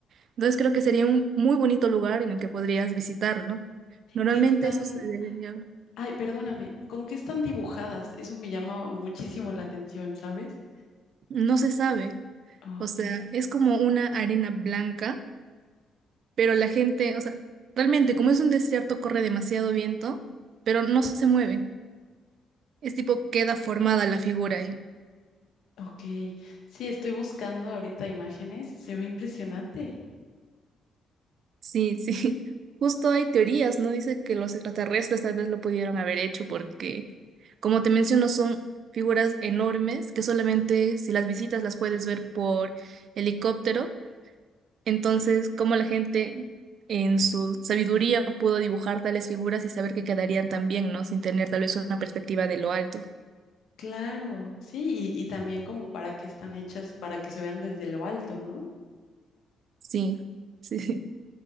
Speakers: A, on the right (about 65°); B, on the left (about 70°).
A: Entonces creo que sería un muy bonito lugar en el que podrías visitarlo. Normalmente
B: están,
A: eso se debería,
B: ay, perdóname, ¿con qué están dibujadas? Eso me llama muchísimo la atención, ¿sabes?
A: no se sabe,
B: Ok,
A: o sea, es como una arena blanca, pero la gente, o sea, realmente como es un desierto corre demasiado viento, pero no se mueve. Es tipo queda formada la figura ahí.
B: ok. Sí, estoy buscando ahorita imágenes. Se ve impresionante.
A: Sí, sí. <laughs> Justo hay teorías, ¿no? Dice que los extraterrestres tal vez lo pudieron haber hecho porque, como te menciono, son figuras enormes que solamente si las visitas las puedes ver por helicóptero. Entonces, como la gente en su sabiduría pudo dibujar tales figuras y saber que quedarían tan bien, ¿no? Sin tener tal vez una perspectiva de lo alto.
B: Claro, sí, y, y también como para que están hechas, para que se vean desde lo alto, ¿no?
A: Sí, <laughs> sí, sí.